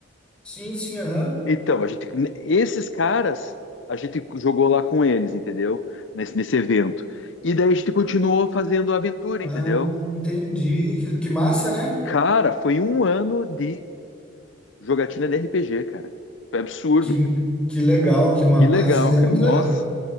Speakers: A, in the centre; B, on the left.
A: Sim, sim, aham.
B: Então, a gente, esses caras, a gente jogou lá com eles, entendeu? Nesse, nesse evento. E daí a gente continuou fazendo a aventura,
A: Ah,
B: entendeu?
A: entendi. Que, que massa, né?
B: Cara, foi um ano de jogatina de RPG, cara. Foi absurdo,
A: Que,
B: cara.
A: que legal, que massa.
B: Que legal,
A: Isso daí
B: cara.
A: é muito
B: Nossa,
A: legal.